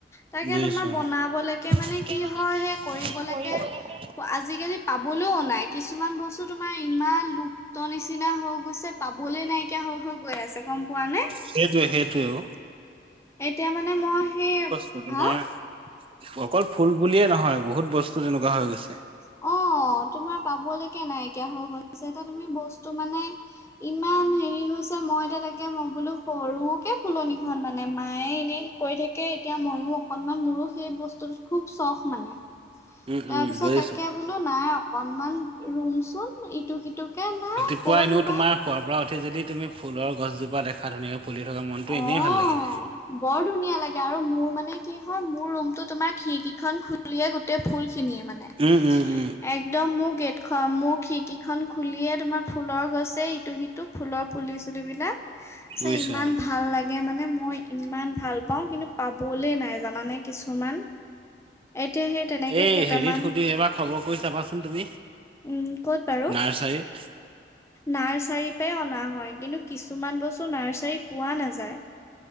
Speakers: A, on the left; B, on the right.
A: তাকে
B: বুজিছো
A: তোমাৰ
B: অ'।
A: বনাবলৈকে মানে
B: গতিকে
A: কি হয় সেই কৰিবলৈকে
B: কি কৰিব লাগে
A: আজিকালি পাবলৈও নাই, কিছুমান বস্তুত তোমাৰ ইমান লুপ্ত নিচিনা হৈ গৈছে পাবলৈ নাইকিয়া হৈ হৈ গ গৈ আছে গ'ম পোৱা নে?
B: সেইটোৱে সেইটোৱে অ
A: এতিয়া মানে মই সেই
B: ত' তোমাৰ
A: হা
B: অকল ফুল বুলিয়ে নহয়, বহুত বস্তু তেনেকুৱা হৈ গৈছে।
A: অ', তোমাৰ পা'বলৈকে নাইকিয়া হৈ গৈছে, এটিয়া তুমি বস্তু মানে ইমান হেৰি হৈছে মই এতিয়া তাকে মই বোলো সৰুকে ফুলনিখন মানে মায়ে এনেই কৈ থাকে এতিয়া মইও অকন অকণমান মোৰো সেই বস্তুটোত খুব চখ মানে।
B: উম
A: তাৰপিছত
B: উম বুজিছো
A: তাকে বোলো নাই অকনমান ৰুমচোন ইটো সিটোকে নাই। ক'ত
B: পুৱা এনেও
A: ৰুবা।
B: তোমাৰ শোৱাৰ পৰা উঠি যদি তুমি ফুলৰ গছজোপা দেখা ধুনীয়াকে ফুলি থকা মনটো
A: অ',
B: এনেই ভাল লাগি যায়
A: বৰ ধুনীয়া লাগে আৰু মোৰ মানে কি হয় মোৰ ৰুম টো তোমাৰ খিৰিকিখন খুলিয়ে গোটেই ফুল মানে,
B: উম উম উম
A: একম ম মোক খিৰিকিখন খুলিয়ে তোমাৰ ফুলৰ গছে ইটো সিটো ফুলৰ ফুলি চুলিবলাক।
B: বুজিছো
A: ইমান
B: অ
A: ভাল লাগে মানে মই ইমান ভাল পাওঁ কিন্তু পাবলৈ নাই জানানে কিছুমান, এতিয়া সেই তেনেকে
B: এই
A: কেইটামান
B: হেৰিত সুধি এবাৰ খবৰ কৰি চাবাচোন তুমি।
A: উম ক'ত বাৰু,
B: নাৰ্চাৰীত
A: নাৰ্চ চাৰি পাই আমাৰ হয় কিন্ত কিছুমান বস্তু ৰ্নাচাৰি ত পোৱা নাযায়